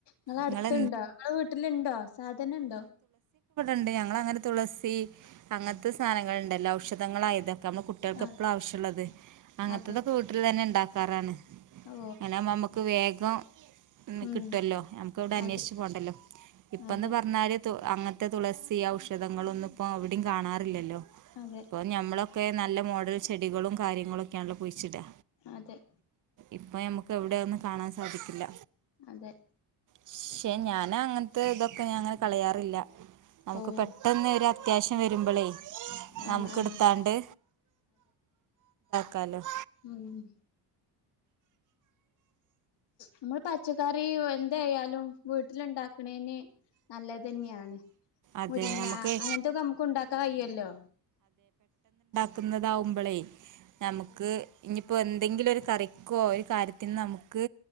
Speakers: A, on the left (about 65°); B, on the right (about 40°).
A: നിങ്ങളടുത്തുണ്ടോ,
B: നിങ്ങളെ
A: നിങ്ങടെ വീട്ടിലുണ്ടോ അടുത്തുണ്ടോ, സാധനുണ്ടോ
B: ഉണ്ട് ഞങ്ങങ്ങനെ തുളസി അങ്ങനത്തെ സാധനങ്ങളൾ ഉണ്ടല്ലോ ഔഷധങ്ങളായിതൊക്കെ നമ്മ കുട്ടികൾക്ക്
A: ആഹ്
B: എപ്പളും ആവശ്യമുള്ളത് അങ്ങനത്തെതൊക്കെ
A: അതെ
B: വീട്ടിൽ തന്നെ ഉണ്ടാക്കും <unintelligible>
A: ഓ
B: അങ്ങനാവുമ്പം നമ്മക്ക് വേഗം
A: ഉം
B: കിട്ടുമല്ലോ നമുക്ക് ഇവിടെ അന്വേഷിച്ചു
A: അതെ
B: പോണ്ടല്ലോ, ഇപ്പന്ന്
A: അതെ
B: പറഞ്ഞാല് അങ്ങനത്തെ തുളസി, ഔഷധങ്ങളൊന്നും ഇപ്പോ അവിടയും കാണാറില്ലല്ലോ
A: അതെ
B: അപ്പൊ ഞമ്മള ഒക്കെ നല്ല മോഡൽ ചെടികളും കാര്യങ്ങളൊക്കെയാണല്ലോ കുഴിച്ചിട്ടാ
A: അതെ
B: ഇപ്പ നമുക്ക് എവിടെയതൊന്നും കാണാൻ സാധിക്കില്ല
A: അതെ
B: പക്ഷെ ഞാൻ അങ്ങനത്തെ ഇതൊക്കെ ഞാൻ അങ്ങനെ കളയാറില്ല നമുക്ക്
A: ഓ
B: പെട്ടെന്ന് ഒരു അത്യാവശ്യം വരുമ്പളേ
A: ആഹ്
B: നമുക്ക്
A: ആഹ്
B: എടുത്താണ്ട് കനം
A: മ് നമ്മൾ പച്ചക്കറി എന്തായാലും വീട്ടിലുണ്ടാക്കണേന് നല്ലത് തന്നെയാണ്
B: അതെ
A: മുരിങ്ങ
B: നമുക്ക്
A: അങ്ങനത്തൊക്കെ നമുക്ക് ഉണ്ടാക്കാൻ കഴിക്കുമല്ലോ
B: ക്കുന്നതാവുമ്പോളേ നമുക്ക് ഇനിയിപ്പൊ എന്തെങ്കിലും ഒരു കറിക്കോ ഒരു കാര്യത്തിന് നമുക്ക്